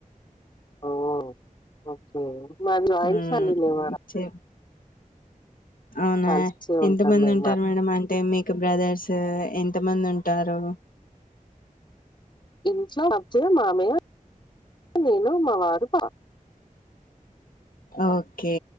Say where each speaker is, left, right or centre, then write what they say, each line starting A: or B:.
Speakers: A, on the left; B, on the left.
A: ఓ ఓకే మాది రైస్
B: మ్,
A: వండింది ఇవాళ
B: చే అవునా
A: కలిసే ఉంటాం
B: ఎంత మంది
A: మేము
B: ఉంటారు
A: మా
B: మేడం అంటే మీకు బ్రదర్స్ ఎంత మంది ఉన్ టారు
A: ఇంట్లో అత్తయ్య మామయ్య నేను మావారు
B: ఓకే